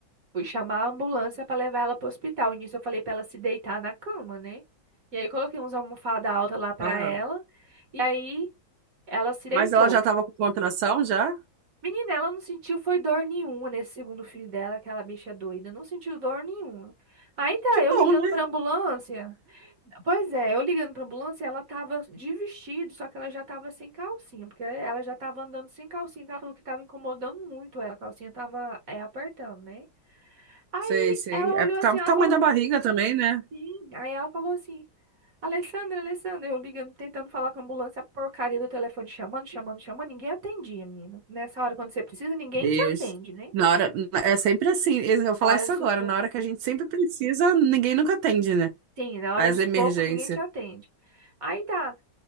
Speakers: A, on the right; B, on the right.
A: fui chamar a ambulância pra levar ela pro hospital. No início eu falei pra ela se deitar na cama, né? E aí coloquei uns almofada alta lá pra
B: Aham.
A: ela. E aí ela se deitou.
B: Mas ela já tava com contração já?
A: Menina, ela não sentiu foi dor nenhuma nesse segundo filho dela, aquela bicha doida. Não sentiu dor nenhuma. Aí tá,
B: Que
A: eu
B: bom,
A: ligando
B: né?
A: pra ambulância. Pois é, eu ligando pra ambulância, ela tava de vestido, só que ela já tava sem calcinha, porque ela já tava andando sem calcinha, que ela falou que tava incomodando muito ela, a calcinha tava é, apertando, né? Aí
B: Sei, sei.
A: ela
B: É
A: olhou
B: tá-
A: assim, ela
B: tamanho
A: falou assim,
B: da barriga também, né?
A: sim. Aí ela falou assim, Alessandra, Alessandra, eu ligando, tentando falar com a ambulância, a porcaria do telefone chamando, chamando, chamando, ninguém atendia, menina. Nessa hora, quando você precisa, ninguém
B: Deus.
A: te atende, né?
B: Na hora, é sempre assim. Eu vou falar
A: Na hora
B: isso
A: do sufoco.
B: agora. Na hora que a gente sempre precisa, ninguém nunca atende, né?
A: Sim, na hora
B: As
A: do sufoco
B: emergências.
A: ninguém te atende. Aí tá.